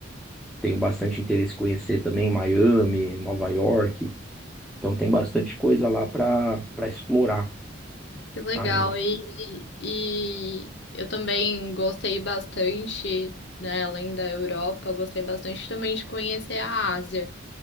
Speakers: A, in the centre; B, on the left.
A: tenho bastante interesse em conhecer também Miami, Nova York. Então tem bastante coisa lá para para explorar.
B: Que legal.
A: ainda.
B: E, e eu também gostei bastante, né, além da Europa, eu gostei bastante também de conhecer a Ásia.